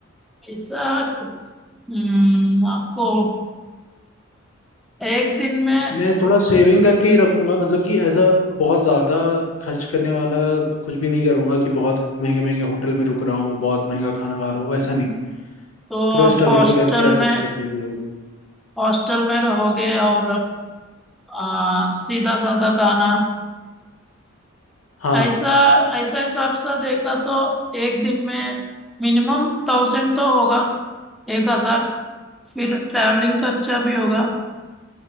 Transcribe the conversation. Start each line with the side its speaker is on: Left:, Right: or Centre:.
Centre: ऐसा कि- हम्म आपको एक दिन में
Left: मैं थोड़ा सेविंग करके ही रखूंगा मतलब कि ऐसा बहुत ज्यादा खर्च करने वाला कुछ भी नहीं करूंगा कि बहुत महंगे महंगे होटल में रुक रहा हूँ बहुत महंगा खाना खा रहा हूँ वैसा नहीं
Centre: तो
Left: थोड़ा
Centre: आप
Left: स्ट्रगल
Centre: हॉस्टल
Left: करके एडजस्ट
Centre: में
Left: करके भी होगा
Centre: हॉस्टल में रहोगे और आ, सीधा साधा खाना
Left: हाँ
Centre: ऐसा ऐसा हिसाब से देखा तो एक दिन में मिनिमम थाउजेंड तो होगा एक हजार फिर ट्रैवलिंग खर्चा भी होगा